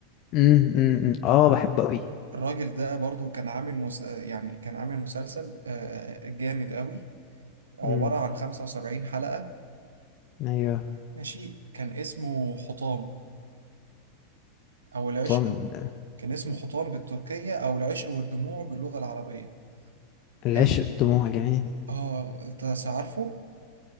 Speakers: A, on the left (about 45°); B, on the right (about 85°).
A: امم امم اه بحبه قوي
B: الراجل ده برضو كان عامل مس... آه، يعني كان عامل مسلسل آه، آه، جامد قوي عبارة
A: امم
B: عن 75 حلقة
A: ايوه
B: ماشي كان اسمه حطام او العشق
A: طم
B: ب... كان اسمه حطام بالتركية او العشق والدموع باللغة العربية
A: العشق
B: ال...
A: دموع جميل
B: اه انت عارفه